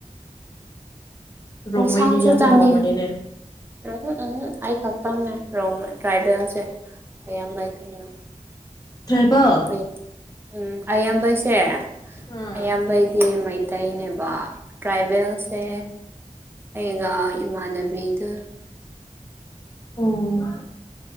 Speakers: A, on the left; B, on the right.
A: ꯔꯣꯡꯃꯩꯗꯤ
B: ꯏꯟꯁꯥꯡꯁꯨ
A: ꯌꯥꯝ
B: ꯆꯥꯅꯦ
A: ꯌꯥꯝꯃꯝꯃꯅꯤꯅꯦ
B: ꯎꯍꯨꯝ ꯎꯍꯨꯝ ꯑꯩꯈꯛꯇꯪꯅꯦ ꯔꯣꯡꯃꯩ ꯇ꯭ꯔꯥꯏꯕꯦꯜꯁꯦ ꯑꯌꯥꯝꯕ ꯀꯩꯅꯣ
A: ꯇ꯭ꯔꯥꯏꯕꯦꯜ
B: ꯃꯩ ꯎꯝ ꯑꯌꯥꯝꯕꯩꯁꯦ
A: ꯑꯥ
B: ꯑꯌꯥꯝꯕꯩꯗꯤ ꯃꯩꯏ ꯇꯩꯅꯦꯕ ꯇ꯭ꯔꯥꯏꯕꯦꯜꯁꯦ ꯑꯩꯒ ꯏꯃꯥꯟꯅꯕꯤꯗꯨ
A: ꯎꯝ